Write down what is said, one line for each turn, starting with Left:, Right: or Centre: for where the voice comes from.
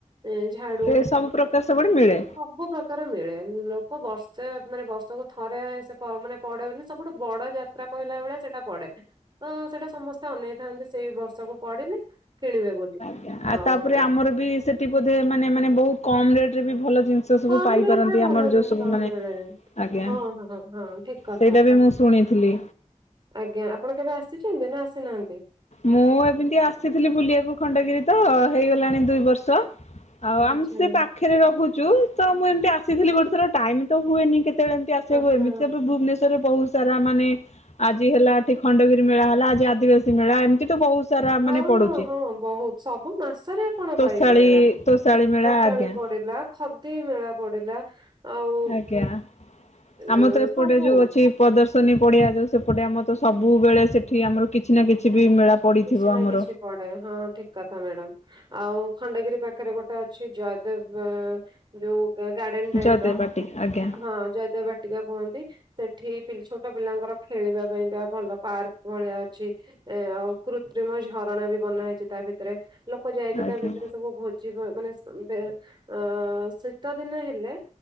Right: ଏ ଝାଡୁ।
Left: ଏ ସବୁ ପ୍ରକାର ସବୁଠି ମିଳେ
Right: ସବୁ ପ୍ରକାର ମିଳେ। ଲୋକ ବର୍ଷେ ମାନେ ବର୍ଷକୁ ଥରେ ସେ ପ ମାନେ ପଡେ ସବୁଠୁ ବଡ଼ ଜାତ କହିଲା ବେଳେ ସେଟା ପଡେ। ତ ସେଟା ସମସ୍ତେ ଅନେଇଥାନ୍ତି ସେଇ ବର୍ଷକୁ ପଡିଲେ କିଣିବେ ବୋଲି।
Left: ୟା ଆ
Right: ଆଉ
Left: ତାପରେ
Right: ଏ
Left: ଆମର ବି ସେଠି ବୋଧେ ମାନେ ମାନେ ବହୁତ କମ୍ ରେଟ ରେ ବି ଭଲ ଜିନିଷ ତ ସବୁ
Right: କମ
Left: ପାଇପାରନ୍ତି
Right: ରେଟ ରେ ଭଲ
Left: ଆମର ଯୋଉ
Right: ଜିନିଷ
Left: ସବୁ ମାନେ
Right: ମିଳେ
Left: ଆଜ୍ଞା,
Right: ହଁ ହଁ ହଁ ଠିକ କଥା
Left: ସେଇଟା ବି ମୁଁ ଶୁଣିଥିଲି।
Right: ଆଜ୍ଞା ଆପଣ କେବେ ଆସିଚନ୍ତି ନା ଆସିନାହାନ୍ତି?
Left: ମୁଁ ଏମିତି ଆସିଥିଲି ବୁଲିବାକୁ ଖଣ୍ଡଗିରି ତ ହେଇଗଲାଣି ଦୁଇ ବର୍ଷ। ଆଉ ଆମେ
Right: ଆଚ୍ଛା
Left: ସେ ପାଖରେ ରହୁଚୁ ତ ମୁଁ ଏମିତି ଆସିଥିଲି ଗୋଟେ ଥର ଟାଇମ୍ ତ ହୁଏନି କେତ ସେ ଏମିତି ଆସିବାକୁ
Right: ଆଚ୍ଛା
Left: ଏମିତି ଭୁବନେଶ୍ୱରରେ ବହୁତ ତାରା ମାନେ ଆଜି ହେଲା ଏଠି ଖଣ୍ଡଗିରି ମେଳା ହେଲା ଆଜି ଆଦିବାସୀ ମେଳା ଏମିତି ତ ବହୁତ ସାରା ମାନେ
Right: ହଁ
Left: ପଡୁଛି।
Right: ହଁ ହଁ ବହୁତ ସବୁ ମାସରେ ଆପଣ
Left: ତୋଷାଳୀ
Right: ପାଇବେ ମ୍ୟାଡାମ୍।
Left: ତୋଷାଳୀ ମେଳା
Right: ତୋଷାଳୀ
Left: ଆଜ୍ଞା
Right: ପଡିଲା। ଖଦି ମେଳା ପଡିଲା। ଆଉ
Left: ଆଜ୍ଞା,
Right: ଏ
Left: ଆମ ତ ଏପଟେ
Right: ସବୁ
Left: ଯୋଉ ଅଛି। ପ୍ରଦର୍ଶନୀ ପଡ଼ିଆ ଯୋଉ ସେପଟେ ଆମର ତ ସବୁବେଳେ ସେଠି ଆମର କିଛି ନା କିଛି ବି ମେଳା ପଡିଥିବ
Right: କିଛି ନା
Left: ଆମର
Right: କିଛି ପଡ଼େ ହଁ ଠିକ୍ କଥା ମ୍ୟାଡାମ। ଆଉ ଖଣ୍ଡଗିରି ପାଖରେ ଗୋଟେ ଅଛି ଜୟଦେବ ଯୋଉ ଗାର୍ଡେନ୍ ଟାଇପ
Left: ଜୟଦେବ
Right: ର
Left: ବାଟିକା ଆଜ୍ଞା
Right: ହଁ ଜୟଦେବ ବା ଟିକା କୁହନ୍ତି, ସେଠି ଛୋଟ ପିଲାଙ୍କର ଖେଳିବା ପାଇଁକା ଭଲ ପାର୍କ ଭଳିଆ ଅଛି। ଏ ଆଉ କୃତ୍ରିମ ଝରଣା ବି ବନା ହେଇଚି ତା ଭିତରେ, ଲୋକ ଯାଇକି
Left: ଆଜ୍ଞା।
Right: ତା ଭିତରେ ସବୁ ଭୋ ଜି ମାନେ ଅ ଶୀତ ଦିନ ହେଲେ